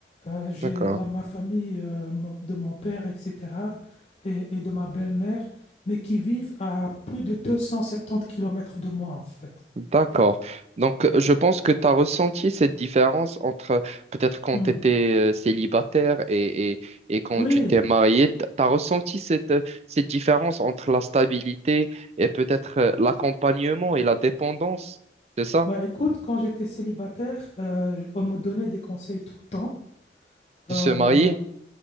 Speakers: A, on the left; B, on the right.
A: euh, j'ai
B: D'accord.
A: la- ma famille euh, mo- de mon père, etc., et, et de ma belle-mère, mais qui vivent à plus de 270 kilomètres de moi, en fait.
B: D'accord. Donc, euh,
A: D'accord?
B: je pense que tu as ressenti cette différence entre euh, peut-être quand
A: Hmm.
B: tu étais euh, célibataire et, et, et quand
A: Oui,
B: tu t'es marié. Tu as ressenti cette, euh, cette différence entre la stabilité et peut-être euh, l'accompagnement et la dépendance, c'est ça?
A: bah écoute, quand j'étais célibataire, euh, on me donnait des conseils tout le temps.
B: De
A: Euh,
B: se marier?